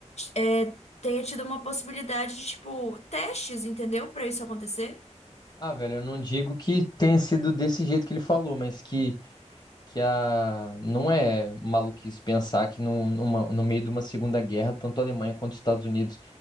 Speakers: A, on the left (about 60°); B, on the left (about 35°).
A: é, tenha tido uma possibilidade de, tipo, testes, entendeu? Pra isso acontecer.
B: Ah, velho, eu não digo que tenha sido desse jeito que ele falou, mas que. que a... não é maluquice pensar que no, numa- no meio de uma Segunda Guerra, tanto a Alemanha quanto os Estados Unidos,